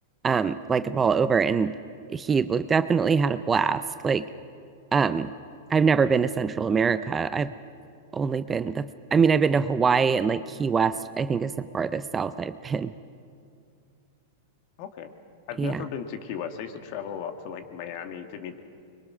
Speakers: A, on the right (about 15°); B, on the left (about 50°).
A: um like
B: Hmm.
A: of all over and he lo- definitely had a blast. Like um I've never been to Central America. I've only been the I mean I've been to Hawaii and like Key West, I think is the farthest south I've been. <laughs>
B: Okay. I've
A: Yeah.
B: never been to Key West. I used to travel a lot to like Miami to meet